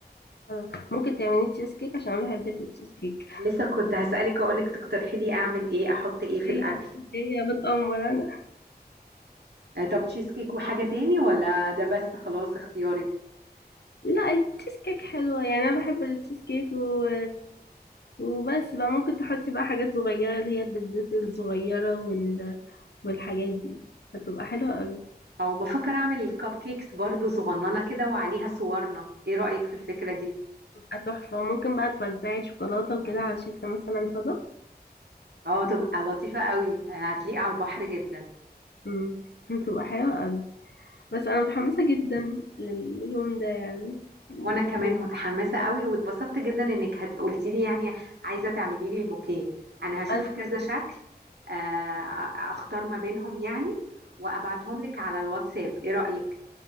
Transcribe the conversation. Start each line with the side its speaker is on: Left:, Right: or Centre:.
Left: خلاص، ممكن تعملي تشيز كيك عشان انا بحب التشيز كيك
Right: لسه كنت هسالك اقولك تقترحي لي اعمل ايه احط
Left: <laughs>
Right: ايه في
Left: هي
Right: الاكل
Left: جايه بتأمر انا
Right: آه، طب تشيز كيك وحاجه تاني ولا ده بس خلاص اختيارك
Left: لا التشيز كيك حلوة يعني أنا بحب التشيز كيك و... وبس بقى ممكن تحطي بقى حاجات صغيرة اللي هي البيتزات الصغيرة وال... والحاجات دي هتبقى حلوة قوي
Right: او بفكر اعمل الكب كيكس برضو صغننه كده وعليها صورنا ايه رايك في الفكره دي
Left: هتبقى تحفة وممكن بقى توزعي شوكولاتة وكده على شكل مثلا صدف
Right: اه تبقى لطيفه قوي آه، هتليق على البحر جدا
Left: مم. هتبقى حلوة قوي بس أنا متحمسة جدا لليوم ده يعني
Right: وانا كمان
Left: و-
Right: متحمسه
Left: مبروك.
Right: قوي واتبسطت جدا انك هت- قلتي لي يعني عايزه تعملي لي البوكيه انا هشوف
Left: ألف
Right: كذا شكل آه، اختار ما بينهم يعني وابعتهم لك على الواتساب ايه رايك